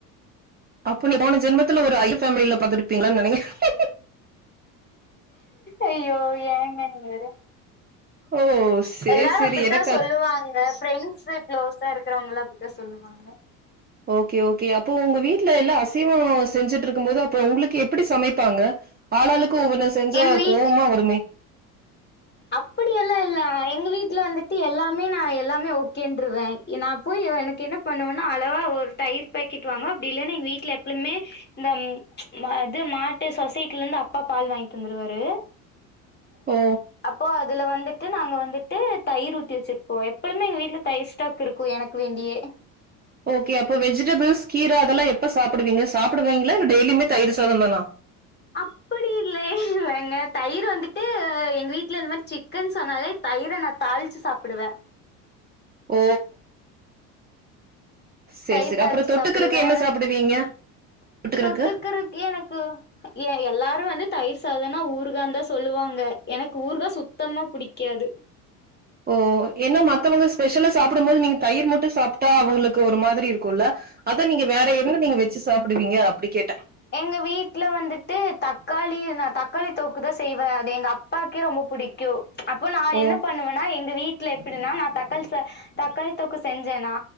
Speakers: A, on the right (about 20°); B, on the left (about 20°).
A: அப்ப நீ போன ஜென்மத்துல ஒரு ஐர் ஃபேமிலில பொறந்திருப்பீங்களோனு நெனகிறே
B: அய்யோ ஏங்க நீங்க வேற
A: ஓ சேரி
B: எல்லாரு
A: சேரி
B: அப்டித்தா
A: எனக்கு
B: சொல்லுவாங்க
A: அது
B: ஃப்ரெண்ஸு க்ளோஸா இருக்குறவங்கல்லா அப்டித்தா சொல்லுவாங்க
A: ஓகே ஓகே அப்போ உங்க வீட்டுல எல்லா அசைவோ செஞ்சுட்டு இருக்கும் போது அப்ப உங்களுக்கு எப்டி சமைப்பாங்க ஆளாளுக்கு ஒவ்வொன்னு செஞ்சா
B: எங்க
A: கோவமா வருமே
B: அப்டி எல்லா இல்ல எங்க வீட்டுல வந்துட்டு எல்லாமே நா எல்லாமே ஓகேனுட்ருவே நா போய் எனக்கு என்ன பண்ணுவேன்னா அளவா ஒரு தயிர் பாக்கெட் வாங்குவே அப்டி இல்லன்னா எங்க வீட்ல எப்பலுமே இந்த ம் இது மாட்டு சொசைட்டில இருந்து அப்பா பால் வாங்கி தந்துருவாரு
A: ஓ
B: அப்போ அதுல வந்துட்டு நாங்க வந்துட்டு தயிர் ஊத்தி வச்சுர்ப்போ எப்பழுமே எங்க வீட்டுல தயிர் ஸ்டாக் இருக் கு எனக்கு வேண்டியே
A: ஓகே அப்போ வெஜிடபிள்ஸ் கீர அதெல்லா எப்ப சாப்டுவீங்க சாப்டுவீங்களா? இல்ல டெய்லியுமே தயிர் சாதோம் தானா
B: அப்டி இல்லயே ஏங்க தயிர் வந்துட்டு எங்க வீட்டுல இந்த மாதிரி சிக்கன் சொன்னாலே தயிர நானு தாளிச்சு சாப்டுவே
A: ஓ சரி,
B: தயிர்
A: சரி.
B: தாள்ச்சு
A: அப்புறம் தொட்டுக்கறக்கு
B: சாப்டுவே
A: என்ன சாப்பிடுவீங்க? தொட்டுக்கறக்கு?
B: தொட்டுக்குறக்கு எனக்கு ஏ எல்லாரு வந்து தயிர் சாதோன்னா ஊறுகாந்தா சொல்லுவாங்க எனக்கு ஊறுகா சுத்தமா புடிக்காது
A: ஓ ஏன்னா மத்தவங்க ஸ்பெஷலா சாப்பிடும் போது நீங்க தயிர் மட்டு சாப்ட்டா அவுங்களுக்கு ஒரு மாதிரி இருக்கும்ல்ல அத நீங்க வேற என்ன நீங்க வெச்சு சாப்டுவீங்க அப்டி கேட்டே
B: எங்க வீட்டுல வந்துட்டு தக்காளி நான் தக்காளி தொக்குதா செய்வே அது எங்க அப்பாக்கே ரொம்ப புடிக்கு அப்போ நா என்ன
A: ஓ!
B: பண்ணுவேன்னா எங்க வீட் ல எப்டின்னா நா தக்காளி சா தக்காளி தொக்கு செஞ்சேன்னா